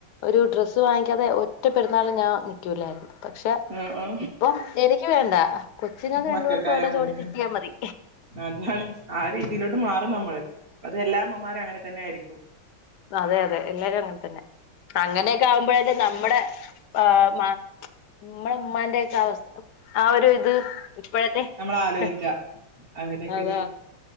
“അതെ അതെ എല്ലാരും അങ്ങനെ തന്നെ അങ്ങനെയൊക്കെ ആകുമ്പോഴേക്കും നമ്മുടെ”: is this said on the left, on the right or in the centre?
Left